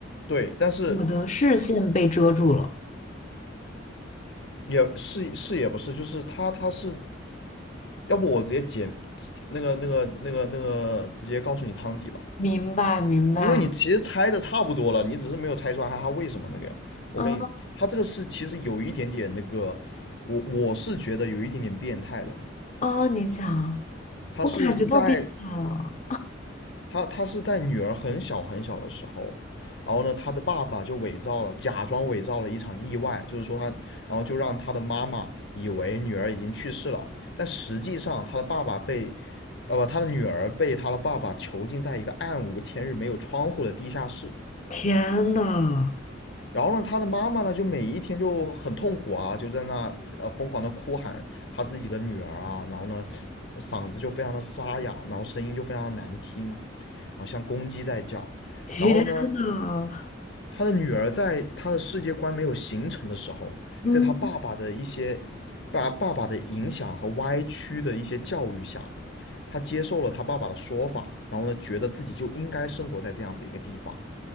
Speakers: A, on the left; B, on the left.
A: 对，但是
B: 我的视线被遮住了。
A: 也是是也不是，就是他他是要不我直接剪那个那个那个那个直接告诉你汤底吧，
B: 明白，明白。
A: 因为你其实猜的差不多了，你只是没有猜出来他为什么那个呀。我跟你，
B: 啊
A: 他这个是其实有一点点那个，我我是觉得有一点点变态的。
B: 啊！你讲，
A: 他是在
B: 我感觉到变态了。
A: 他他是在女儿很小很小的时候，然后呢，他的爸爸就伪造了，假装伪造了一场意外，就是说他，然后就让他的妈妈以为女儿已经去世了，但实际上他的爸爸被，呃不，他的女儿被他的爸爸囚禁在一个暗无天日、没有窗户的地下室。
B: 天呐，
A: 然后呢，他的妈妈呢，就每一天就很痛苦啊，就在那呃疯狂的哭喊他自己的女儿啊，然后呢，嗓子就非常的沙哑，然后声音就非常的难听，好像公鸡在叫。
B: 天呐！
A: 然后呢，他的女儿在他的世界观没有形成的时候，
B: 嗯
A: 在他爸爸的一些爸爸爸的影响和歪曲的一些教育下，他接受了他爸爸的说法，然后呢，觉得自己就应该生活在这样子一个地方。